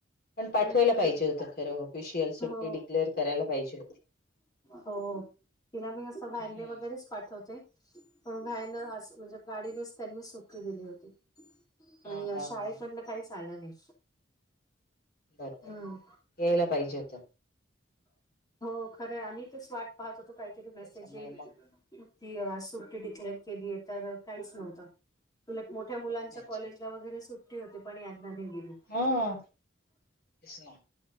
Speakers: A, on the left; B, on the left.
A: पण पाठवायला
B: हम्म
A: पाहिजे होतं खरं ऑफिशियल सुट्टी
B: हो
A: डिक्लेअर करायला पाहिजे होत
B: हो तिला मी असं वॅनने
A: हम्म
B: वगैरे पाठवते पण वॅन असं म्हणजे गाडीनेच त्यांनी सुट्टी दिली होती आणि
A: हा
B: या
A: हा
B: शाळेकडंन
A: हा
B: काहीच आलं नाही
A: बरं बरं
B: हम्म
A: यायला पाहिजे होतं
B: हो खरं आम्ही तेच वाट पाहत होतो काहीतरी मेसेज
A: त्याच्यामुळे
B: येईल
A: मग
B: ती आज सुट्टी डिक्लेअर केली आहे तर काहीच नव्हतं उलट मोठ्या मुलांच्या
A: अच्छा
B: कॉलेजला वगैरे सुट्टी होती पण यांना नाही दिली
A: हा तेच ना